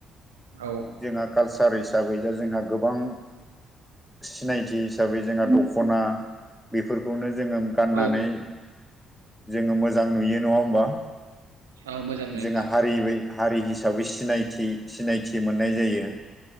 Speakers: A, on the right (about 85°); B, in the centre.
A: औ
B: जोंहा कालसार हिसाबै जा जोंहा गोबां सिनायथि हिसाबै जोंहा द'खना बेफोरखौनो जोङो गाननानै
A: औ
B: जोङो मोजां नुयो नङा होमबा
A: औ मोजां नुयो
B: जोंहा
A: नोंथां।
B: हारि हारि हिसाबै सिनायथि सिनायथि मोननाय जायो